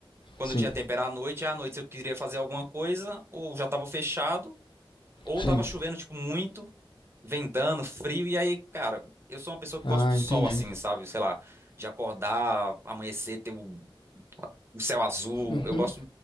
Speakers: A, on the right; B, on the left.
A: Quando
B: sim,
A: eu tinha tempo era à noite, e à noite se eu queria fazer alguma coisa, ou já tava fechado, ou
B: sim.
A: tava chovendo, tipo, muito, ventando, frio, e aí, cara, eu sou uma pessoa que
B: Ah,
A: gosta do sol,
B: entendi.
A: assim, sabe? Sei lá, de acordar, amanhecer, ter o, o céu azul.
B: Uhum.
A: Eu gosto,